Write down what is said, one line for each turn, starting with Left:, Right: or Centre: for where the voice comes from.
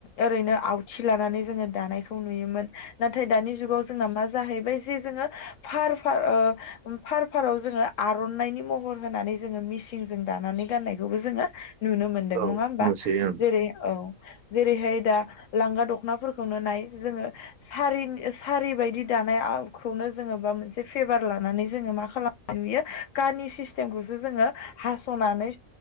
Left: ओरैनो आवथि लानानै जोङो दानायखौ नुयोमोन नाथाय दानि जुगाव जोंना मा जाहैबाय जे जोङो फार फार ओ फार फाराव जोङो आर'नाइनि महर होनानै जोङो मिसिनजों दानानै गाननाय बेखौबो जोङो नुनो मोनदों
Right: औ
Left: नङा होमबा
Right: नुसै ओं
Left: जेरै औ जेरैहाय दा लांगा दख'नाफोरखौनो नाय जोङो सारि सारि बायदि दानायखौनो माबा मोनसेे भेबार लानानै जोङो मा खालामनाय नुयो कानि सिस्टेमखौसो जोङो हासनानै